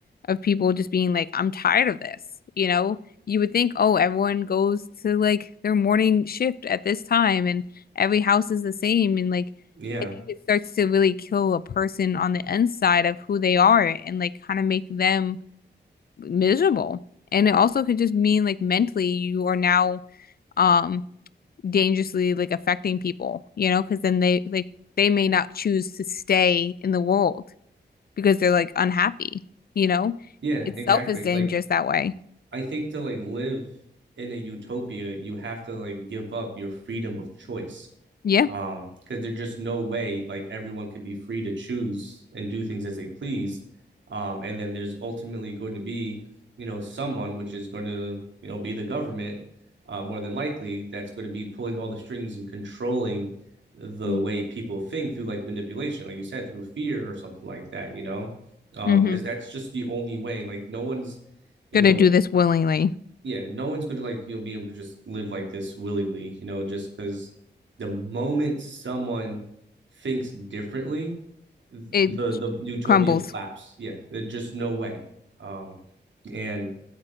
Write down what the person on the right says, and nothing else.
Yeah.
Yeah.
Exactly.
Like
I think to like live in a utopia, you have to like give up your freedom of choice.
Um, because there's just no way like everyone could be free to choose and do things as they please. Um, and then there's ultimately going to be, you know, someone which is going to, you know, be the government, uh, more than likely, that's going to be pulling all the strings and controlling the
way people think through like manipulation, like you said, through fear or something like that, you know? Um,
because that's just the only way. Like no one's, you
know,
yeah, no one's gonna like you'll be able to just live like this willingly, you know, just because the moment someone thinks differently, th-
the the utopia
collapse. Yeah, there's just no way. Um, and